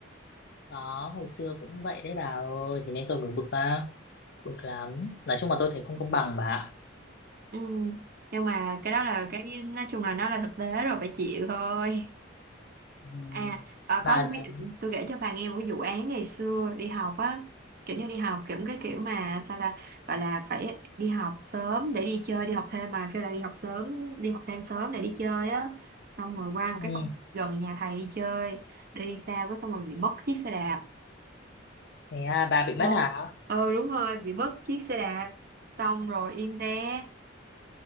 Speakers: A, on the left (about 55°); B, on the right (about 50°).
A: đó hồi xưa cũng vậy đấy bà ơi thế nên tôi mới bực á bực lắm nói chung là tôi thấy không công bằng bà ạ.
B: Ừ. Nhưng mà cái đó là cái nói chung là nó là thực tế rồi phải chịu thôi.
A: ừ.
B: À, ờ,
A: bà
B: có một
A: là-
B: cái tôi kể cho bà nghe một cái vụ án ngày xưa đi học á, kiểu như đi học kiểu cái kiểu mà sao ta gọi là phải đi học sớm để đi chơi, đi học thêm mà kêu là đi học sớm, đi học thêm sớm để đi chơi á. Xong rồi qua
A: ừ.
B: một cái công viên gần nhà thầy đi chơi, đi xa quá xong rồi bị mất chiếc xe đạp.
A: thế à, bà bị
B: Vâng.
A: mất hả
B: Ừ đúng rồi, bị mất chiếc xe đạp. Xong rồi im re